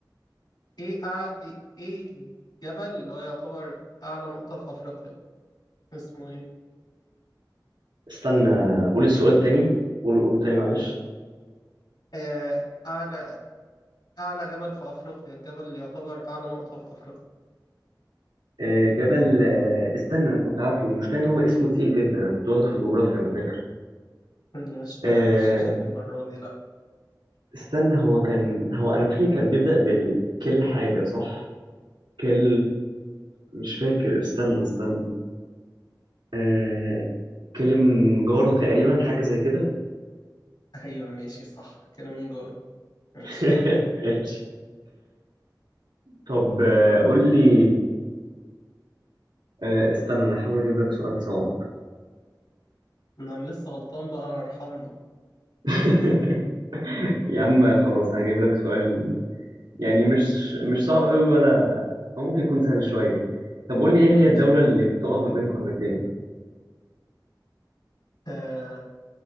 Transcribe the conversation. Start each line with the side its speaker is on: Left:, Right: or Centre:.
Left: ايه أع... ايه إيه جبل اللي هو يعتبر اعلى نقطة في افريقيا اسمه ايه
Right: استنى قول السؤال تاني قوله قوله تاني معلش
Left: آه، اعلى اعلى جبل في افريقيا الجبل اللي يعتبر اعلى نقطة في افريقيا
Right: آه، جبل آه، استنى انا كنت عارفه المشكله ان هو اسمه تقيل جدا انا كنت واخده في الجغرافيا انا فاكر
Left: مش
Right: آه،
Left: هغششك المرة دي لا
Right: استنى هو كان هو انا فاكر كان بيبدا بالكل حاجه صح كل مش فاكر استنى استنى آه، كلم جاره تقريبا حاجه زي كده
Left: <laughs> ايوه ماشي صح كده من جور ماشي
Right: <laughs> ماشي طب آه، قول لي آه، استنى انا هحاول اجيب لك سؤال صعب
Left: إن انا لسه غلطان بقى ارحمنا
Right: <laughs> يا عم خلاص هجيب لك سؤال يعني مش مش صعب قوي ولا أو ممكن يكون سهل شوية طب قول لي إيه هي
Left: ماشي
Right: الدولة اللي بتقع ما بين قارتين
Left: آه،